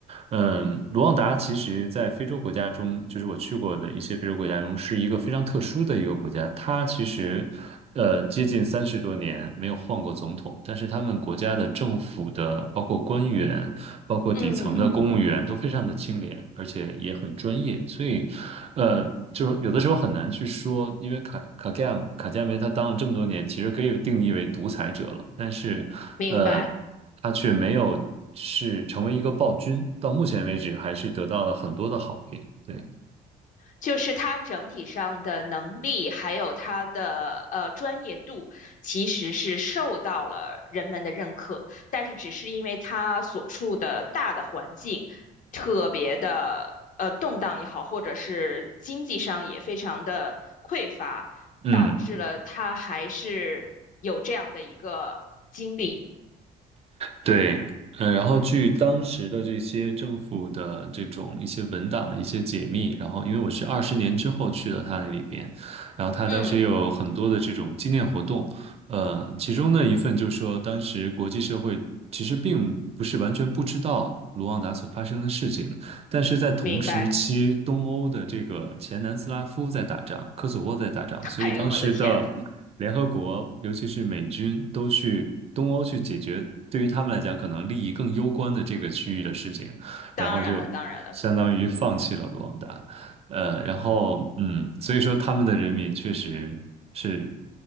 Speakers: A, on the right; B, on the left.
A: 嗯，卢旺达其实在非洲国家中，就是我去过的一些非洲国家中，是一个非常特殊的一个国家。它其实，呃，接近三十多年没有换过总统，但是他们国家的政府的，包括官员，包括底层的公务员，
B: 嗯，
A: 都非常的清廉，而且也很专业。所以呃，就是有的时候很难去说，因为卡卡加卡加梅他当了这么多年，其实可以定义为独裁者了，但是，
B: 明白。
A: 呃，他却没有是成为一个暴君，到目前为止还是得到了很多的好评。对，
B: 就是他整体上的能力，还有他的呃专业度，其实是受到了人们的认可，但是只是因为他所处的大的环境特别的呃动荡也好，或者是经济上也非常的匮乏，
A: 嗯。
B: 导致了他还是有这样的一个经历。
A: 对，呃，然后据当时的这些政府的这种一些文档的一些解密，然后因为我是二十年之后去了他那里边，然后他当时有很多的这种纪念活动，
B: 嗯，
A: 呃，其中的一份就说当时国际社会其实并不是完全不知道卢旺达所发生的事情，但是在同时期，
B: 明白。
A: 东欧的这个前南斯拉夫在打仗，科索沃在打仗，
B: <laughs>
A: 所以当时的。
B: 哎呦，我的天！
A: 联合国，尤其是美军，都去东欧去解决对于他们来讲可能利益更攸关的这个区域的事情，
B: 当然了，
A: 然后就相当于放弃了卢旺达。
B: 当然了。
A: 呃，然后嗯，所以说他们的人民确实是